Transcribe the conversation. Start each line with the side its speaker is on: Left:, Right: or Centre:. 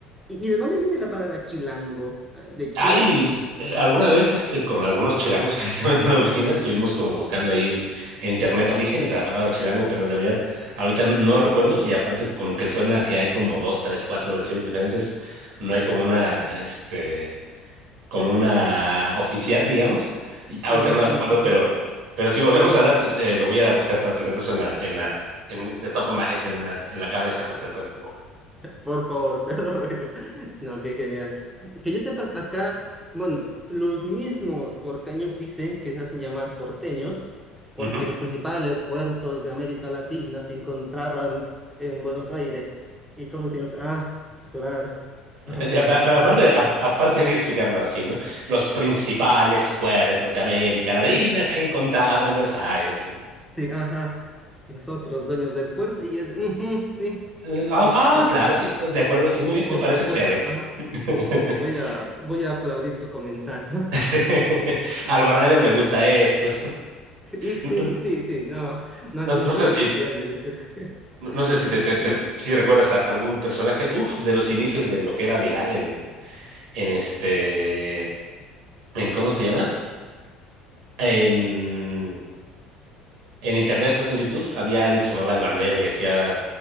Centre: y- y de dónde viene la palabra chilango? Eh, ¿De Chile?
Right: Ahí, eh, alguna vez este, con algunos chilangos, <laughs> precisamente en la oficina, estuvimos como buscando ahí en internet orígenes de la palabra chilango, pero en realidad ahorita no lo recuerdo y aparte como que suena que hay como dos, tres, cuatro versiones diferentes, no hay como una, este, como una oficial, digamos, y ahorita
Centre: ¿Una versión
Right: no la recuerdo,
Centre: oficial?
Right: pero, pero si volvemos a dar, te- te- lo voy a buscar para tener eso en la, en la, en, de top of my head, en la, en la cabeza, pues tal cual.
Centre: Por favor, <laughs> te lo ruego. No, qué genial. Que yo sepa, acá, bueno, los mismos porteños dicen que se hacen llamar porteños porque
Right: Ujú.
Centre: los principales puertos de América Latina se encontraban en Buenos Aires. Y todos decían, ah, claro, ajá,
Right: Ya, pe-
Centre: por supuesto.
Right: Pero aparte, a- aparte hay que explicarlo así, ¿no? Los principales puertos de América Latina
Centre: Sí,
Right: se encontraban en Buenos Aires.
Centre: sí, ajá. Y nosotros, dueños del puerto, y es, de, "Ujú, sí,
Right: Eh, Ah,
Centre: sí, sí,
Right: ah, claro, sí, de acuerdo, sí, muy
Centre: por,
Right: bien,
Centre: por
Right: me parece
Centre: supuesto,
Right: excelente.
Centre: ajá,
Right: <laughs>
Centre: ajá, Voy a, voy a aplaudir tu comentario.
Right: Sí. Al Barney le gusta esto.
Centre: Y sí,
Right: No,
Centre: sí, sí, no, no,
Right: no
Centre: no,
Right: no
Centre: no
Right: sé
Centre: hay
Right: si,
Centre: cuestión de discutir. <laughs>
Right: no no sé si te,
Centre: Y
Right: te-
Centre: sí,
Right: te- si recuerdas a algún personaje, uf, de los inicios de lo que era viral en, en este, en ¿cómo se llama? en en internet, pues en YouTube, había alguien que se llamaba El Bananero y hacía